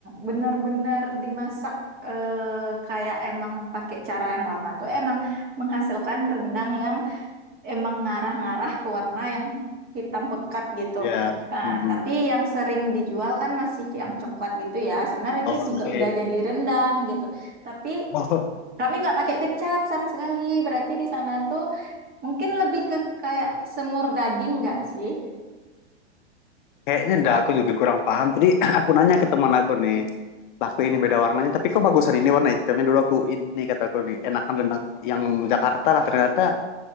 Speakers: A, on the right; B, on the left.
A: benar-benar dimasak eh, kayak emang pakai cara yang lama tuh emang menghasilkan rendang yang emang ngarah-ngarah ke warna yang hitam pekat gitu.
B: Ya.
A: Nah,
B: Hmm.
A: tapi yang sering dijual kan masih yang coklat gitu ya. Sebenarnya
B: Oke.
A: itu juga udah jadi rendang gitu. Tapi
B: Oh,
A: kami nggak pakai kecap sama sekali. Berarti di sana tuh mungkin lebih ke kayak semur daging nggak sih?
B: Kayaknya dah aku juga kurang paham. Tadi <clears throat> aku nanya ke teman aku nih, laku ini beda warnanya, tapi kok bagusan ini warna hitamnya dulu aku ini kata aku nih, enakan rendang yang Jakarta lah ternyata